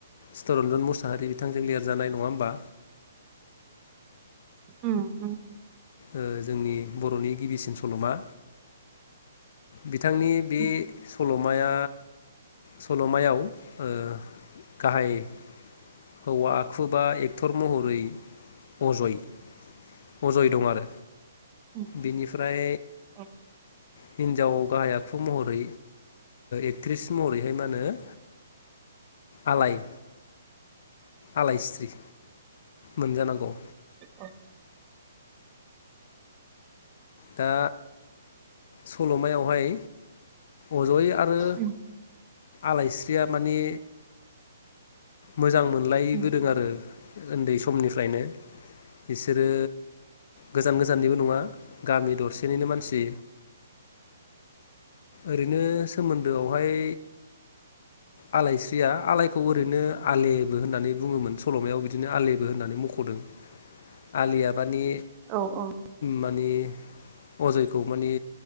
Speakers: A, on the left; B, on the right.
A: चितिरन्जन मुसाहारि बिथांजों लिरजानाय नङा होमबा।
B: उम उम
A: ओ जोंनि बर'नि गिबिसिन सल'मा बिथांनि बे
B: उम
A: सल' माया सल'मायाव ओ गाहायै हौवा आखुबा एक्टर महरै अजय अजय दं आरो
B: उम
A: बेनिफ्राय
B: औ
A: हिनजाव गाहाय आखु महरै एकट्रिस महरैहाय मा होनो आलाय आलायस्रि मोनजानांगौ
B: अ
A: दा सल'मायाव हाय अजय आरो
B: उम
A: आलायस्रिया माने मोजां मोनलायबोदों
B: उम
A: आरो उन्दै समनिफ्रायनो बिसोरो गोजान गोजाननिबो नङा गामि दरसेनिनो मानसि ओरैनो सोमोन्दोआवहाय आलायस्रिया आलायखौ ओरैनो आलेबो होननानै बुङोमोन। सल'मायाव बिदिनो आलेबो होननानै मख'दों। आलिया मानि
B: औ औ
A: मानि अजयखौ मानि